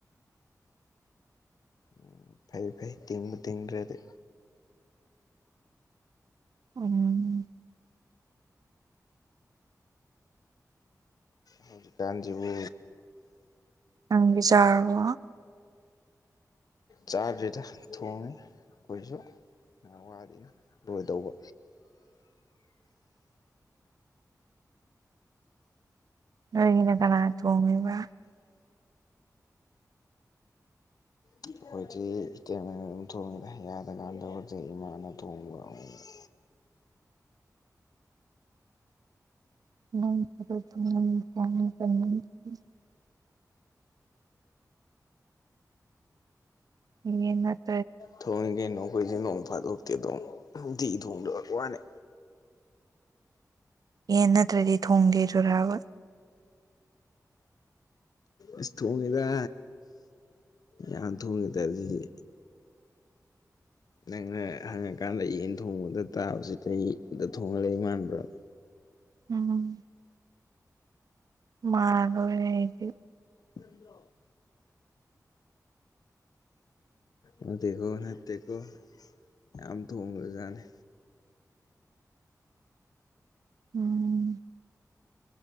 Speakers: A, on the left; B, on the right.
A: ꯎꯝ ꯐꯩ ꯐꯩ ꯇꯤꯡꯕꯨ ꯇꯤꯡꯗ꯭ꯔꯗꯤ
B: ꯎꯝ
A: ꯍꯧꯖꯤ ꯀꯥꯟꯖꯤꯕꯨ
B: ꯅꯪꯗꯤ ꯆꯥꯔꯕꯣ
A: ꯆꯥꯗ꯭ꯔꯤꯗ ꯊꯣꯡꯉꯤ ꯑꯩꯈꯣꯏꯁꯨ ꯉꯍꯥꯛ ꯋꯥꯠꯂꯤꯅꯦ ꯂꯣꯏꯗꯧꯕ
B: <inaudible> ꯅꯣꯏꯒꯤꯅ ꯀꯅꯥ ꯊꯣꯡꯉꯤꯕ
A: ꯑꯩꯈꯣꯏꯗꯤ ꯏꯇꯩꯃꯅ ꯑꯗꯨꯝ ꯊꯣꯡꯉꯤꯗ ꯌꯥꯗꯀꯥꯟꯗ ꯕꯨꯗꯤ ꯏꯃꯥꯅ ꯊꯣꯡꯕ ꯑꯃꯨ ꯃꯨꯛ
B: ꯀ <unintelligible> ꯍ <unintelligible>
A: ꯊꯣꯡꯉꯦ ꯀꯩꯅꯣ ꯑꯩꯈꯣꯏꯁꯨ ꯅꯣꯡ ꯐꯥꯗꯣꯛꯇꯤ ꯑꯗꯨꯝ ꯅꯨꯡꯇꯤꯒꯤ ꯊꯣꯡꯗꯕꯩ ꯋꯥꯅꯦ
B: ꯌꯦꯟ ꯅꯠꯇ꯭ꯔꯗꯤ ꯊꯣꯡꯗꯦ ꯗꯨꯔꯥꯕ
A: ꯏꯁ ꯊꯣꯡꯉꯦꯗ ꯌꯥꯝ ꯊꯣꯡꯉꯦꯗ ꯗꯨꯗꯤ ꯅꯪꯅ ꯍꯪꯉꯀꯥꯟꯗ ꯌꯦꯟ ꯊꯣꯡꯕꯗ ꯇꯥꯕꯁꯤꯗ ꯌꯦꯟꯗ ꯊꯣꯡꯉ ꯂꯩ ꯃꯥꯟꯕ꯭ꯔꯕ
B: ꯎꯝ ꯃꯥꯜꯂꯨꯔꯦ ꯑꯩꯗꯤ
A: ꯗꯣ <unintelligible> ꯅꯠꯇꯦꯀꯣ ꯅꯠꯇꯦꯀꯣ ꯌꯥꯝ ꯊꯣꯡꯒ꯭ꯔꯖꯥꯅꯦ
B: ꯎꯝ